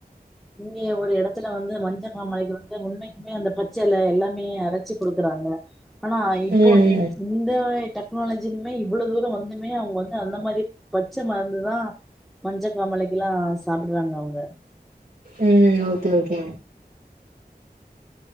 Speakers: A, in the centre; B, on the right (about 60°).
A: இங்க ஒரு எடத்துல வந்து மஞ்சகாமலைக்கு வந்து உண்மைக்குமே அந்த பச்செல எல்லாமே அரச்சி குடுக்குறாங்க ஆனா இப்போ
B: ம்
A: இ இந்த டெக்னாலஜிலுமே இவ்ளோ தூர வந்துமே அவுங்க வந்து அந்த மாரி பச்ச மருந்து தா மஞ்சக்காமாலைக்கெலா சாப்டுறாங்க அவுங்க
B: ம் ஓகே ஓகே